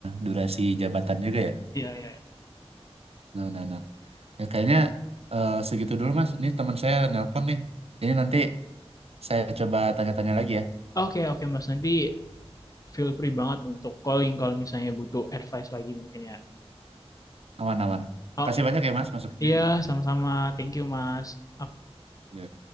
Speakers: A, on the right (about 65°); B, on the left (about 35°).
A: durasi jabatan juga ya.
B: Iya, iya. iya.
A: Nah, nah, nah. Ya, kayaknya eh, segitu dulu, Mas. Ini teman saya nelpon nih. Ini nanti Saya coba tanya-tanya lagi ya.
B: Oke, oke Mas. Nanti feel free banget untuk calling kalau misalnya butuh advice lagi mungkin ya.
A: Aman-aman. Makasih
B: Oke,
A: banyak ya Mas masukannya.
B: Iya, sama-sama. Thank you, Mas. Ak-
A: Ya.